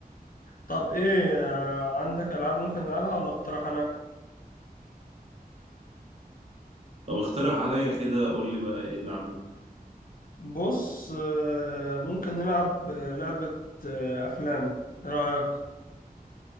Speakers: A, on the left; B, on the right.
A: طب ايه آه، عندك العاب ممكن نلعبها ولا اقترح انا
B: طب اقترح عليا كده قول لي بقى ايه اللي عندك
A: بص آه، ممكن نلعب آه، لعبه آه، افلام ايه رايك